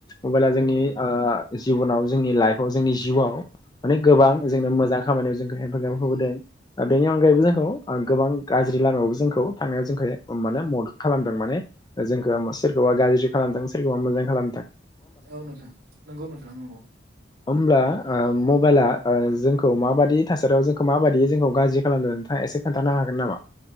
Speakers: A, on the left; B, on the right.
A: मबाइला जोंनि
B: औ नोंथां
A: जिब'नाव जोंनि लाइफआव जोंनि जिउआव माने गोबां
B: औ नोंथां
A: जोंनो मोजां खामानियाव जों हेफाजाब होबोदों बेनि अनगायैबो जोंखौ गोबां गाज्रि लामायावबो जोंखौ थांनायाव जोंखौ म मे मदद खालामदों माने जोंखौ सोरखौबा गाज्रि खालामदों सोरखौबा मोजां खालामदों।
B: औ नोंथां नंगौ नोंथां नंगौ।
A: होमब्ला। मबाइला जोंखौ माबायि थासारियाव जोंखौ माबायदि जोंखौ गाज्रि खालामनो नोंथाङा एसे खोन्थानो हागोन। जागोन नामा?